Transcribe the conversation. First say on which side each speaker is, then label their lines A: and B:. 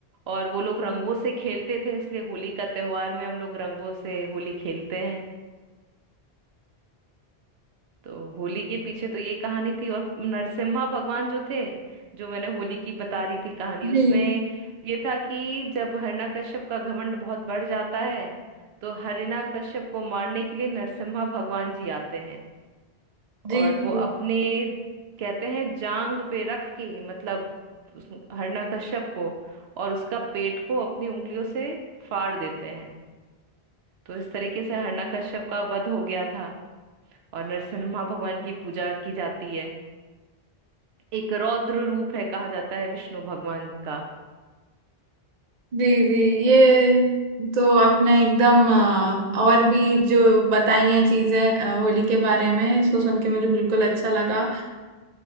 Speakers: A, on the right; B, on the right.
A: और वो लोग रंगों से खेलते थे इसलिए होली का त्योहार में हम लोग रंगों से होली खेलते हैं तो होली के पीछे तो ये कहानी थी और नरसिम्हा भगवान जो थे जो मैंने होली की बता रही थी कहानी उसमें
B: जी
A: ये था कि जब हिरण्यकश्यप का घमंड बहुत बढ़ जाता है तो हिरण्यकश्यप को मारने के लिए नरसिम्हा भगवान जी आते हैं
B: जी
A: और
B: जी
A: वो अपने कहते हैं जांग पे रख के मतलब उस हिरण्यकश्यप को और उसका पेट को अपनी उंगलियों से फाड़ देते हैं तो इस तरीके से हिरण्यकश्यप का वध हो गया था और नरसिम्हा भगवान की पूजा की जाती है एक रौद्र रूप है कहा जाता है विष्णु भगवान का
B: जी जी ये तो आपने एकदम अ, और भी जो बताई हैं चीजें अ, होली के बारे में इसको सुन के मुझे बिल्कुल अच्छा लगा